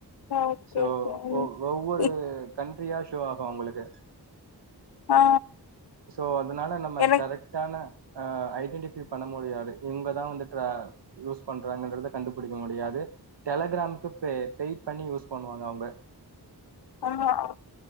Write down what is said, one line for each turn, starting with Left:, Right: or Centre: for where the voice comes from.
Left: ஓகே
Right: சோ
Left: ஓகே ம்
Right: ஒ ஒவ்வொரு
Left: இப்
Right: கண்ட்ரியா ஷோ ஆகு அவ்ங்களுக்கு
Left: ஆ
Right: சோ அதனால நம்ம
Left: எனக்கு
Right: கரெக்டான ஆ ஐடென்டிஃபி பண்ண முடியாது இவ்ங்கதா வந்து ட்ரா யூஸ் பண்றாங்கன்றத கண்டுபிடிக்க முடியாது டெலகிராமுக்கு பே பெய்ட் பண்ணி யூஸ் பண்ணுவாங்க அவ்ங்க
Left: ஆ ஆ